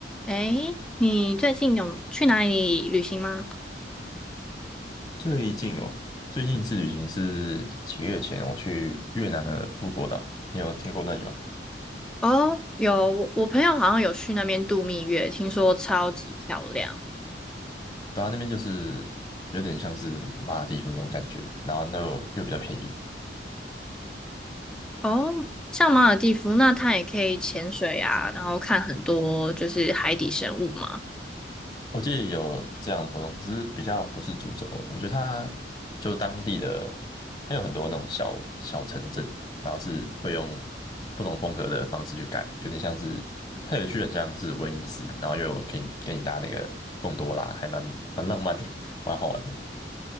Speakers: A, in the centre; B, on the left.
A: 诶，你最近有去哪里旅行吗？
B: 最近哦，最近一次旅行是几个月前，我去越南的富国岛，你有听过那里吗？
A: 哦，有，我我朋友好像有去那边度蜜月，听说超级漂亮。
B: 对啊，那边就是有点像是马尔代夫那种感觉，然后那又又比较便宜。
A: 哦，像马尔地夫，那它也可以潜水啊，然后看很多就是海底生物嘛。
B: 我记得有这样的活动，只是比较不是主轴。我觉得它就当地的，它有很多那种小小城镇，然后是会用不同风格的方式去盖，有点像是它有去很像是威尼斯，然后又有可以给你搭那个贡多拉，还蛮蛮浪漫的，蛮好玩的。